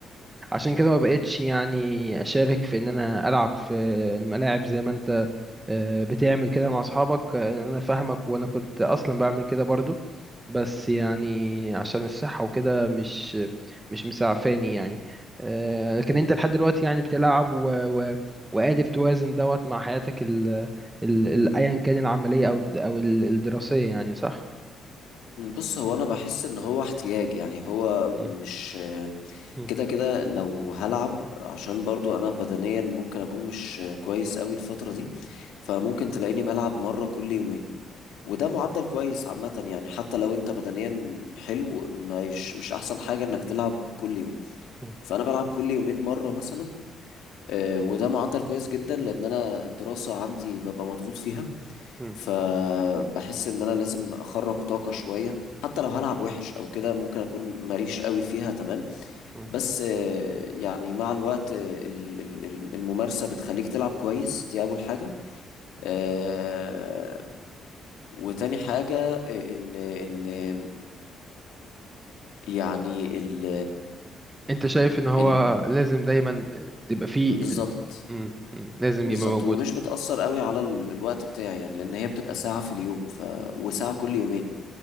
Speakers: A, on the right; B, on the left.
A: عشان كده ما بقتش يعني اشارك في ان انا العب في الملاعب زي ما انت آه، بتعمل كده مع اصحابك آه، انا فاهمك وانا كنت اصلا بعمل كده برضو بس يعني عشان الصحة وكده مش مش مسعفاني يعني آه، لكن انت لحد دلوقتي يعني بتلعب و... و... وقادر توازن دوت مع حياتك ال... ال... ال... ايا كان العملية او او ال- الدراسية يعني صح؟
B: بص هو انا بحس ان هو احتياج يعني هو
A: مم.
B: مش
A: مم.
B: كده كده لو هلعب عشان برضو انا بدنيا ممكن اكون مش كويس قوي الفترة دي فممكن تلاقيني بلعب مرة كل يومين وده معدل كويس عامة يعني حتى لو انت بدنيا حلو مش مش احسن حاجة انك تلعب كل يوم
A: مم.
B: فانا بلعب كل يومين مرة مثلا آه، وده معدل كويس جدا لان انا الدراسة عندي ببقى مضغوط فيها
A: مم.
B: فبحس ان انا لازم اخرج طاقة شوية حتى لو هلعب وحش او كده ممكن اكون ماليش قوي فيها تمام
A: مم.
B: بس آه، يعني مع الوقت آه، ال- ال- ال- الممارسة بتخليك تلعب كويس دي اول حاجة آه، وتاني حاجة آه، ان ان يعني ال
A: انت شايف ان هو
B: ال
A: لازم دايما تبقى فيه
B: بالظبط
A: ال... مم، مم، لازم
B: بالظبط
A: يبقى موجود
B: ومش بتأثر قوي على ال- الوقت بتاعي يعني لان هي بتبقى ساعة في اليوم ف وساعة كل يومين